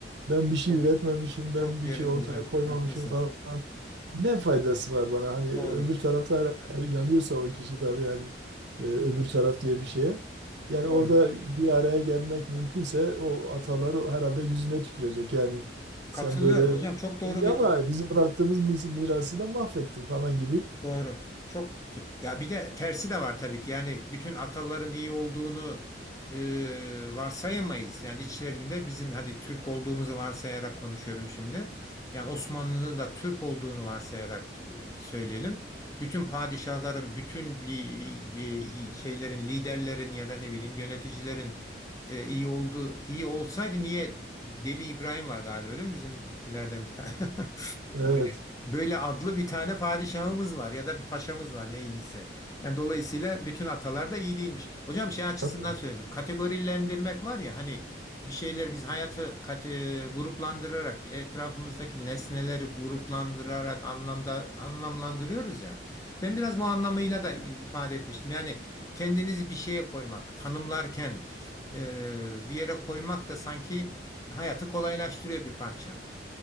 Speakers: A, on the right; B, on the left.
A: Ben bir şey
B: çok
A: üretmemişim,
B: çok
A: ben bir
B: yerinde
A: şey ortaya
B: hocam.
A: koymamışım
B: Haklısınız.
A: falan. Ne faydası var bana? Hani
B: Doğru.
A: öbür tarafta her, her inanıyorsa o kişi tabii yani e, öbür taraf diye bir şeye. Yani
B: Doğru.
A: orada bir araya gelmek mümkünse o ataları herhalde yüzüne tükürecek. Yani sen
B: Katılıyorum
A: böyle
B: hocam. Çok doğru bir
A: ama
B: nok.
A: bizim bıraktığımız mis- mirası da mahvettin falan gibi.
B: Doğru. Çok ya bir de tersi de var tabii ki. Yani bütün ataların iyi olduğunu e, varsayamayız. Yani içlerinde bizim hadi Türk olduğumuzu varsayarak konuşuyorum şimdi. Yani Osmanlı'nın da Türk olduğunu varsayarak e, söyleyelim. Bütün padişahların, bütün li- li- şeylerin, liderlerin ya da ne bileyim yöneticilerin e, iyi olduğu iyi olsaydı niye Deli İbrahim var galiba değil mi? Bizimkilerden bir tane. <laughs>
A: Evet.
B: Böyle, böyle adlı bir tane padişahımız var ya da bir paşamız var neydiyse. Yani dolayısıyla bütün atalar da iyi değilmiş. Hocam şey açısından
A: Tabii.
B: söyledim. Kategorilendirmek var ya hani bir şeyler biz hayatı kate- gruplandırarak etrafımızdaki nesneleri gruplandırarak anlamda anlamlandırıyoruz ya. Ben biraz bu anlamıyla da ifade etmiştim. Yani kendinizi bir şeye koymak, tanımlarken e, bir yere koymak da sanki hayatı kolaylaştırıyor bir parça.